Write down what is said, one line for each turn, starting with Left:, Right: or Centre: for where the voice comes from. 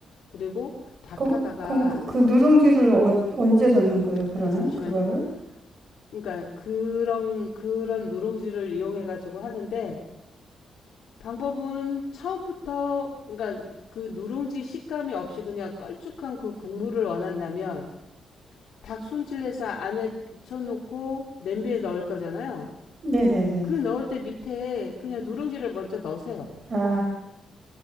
Left: 그리고 밥하다가
Right: 그럼 그럼 그, 그 누룽지를 어, 언제 넣는 거예요 그러면
Left: 아, 잠시만요.
Right: 그거를
Left: 그러니까 그런 그런 누룽지를 이용해 가지고 하는데 방법은 처음부터 그러니까 그 누룽지 식감이 없이 그냥 껄쭉한 그 국물을 원한다면 닭 손질해서 안에 쳐놓고 냄비에 넣을 거잖아요.
Right: 네네네
Left: 그 넣을 때 밑에 그냥 누룽지를 먼저 넣으세요.
Right: 아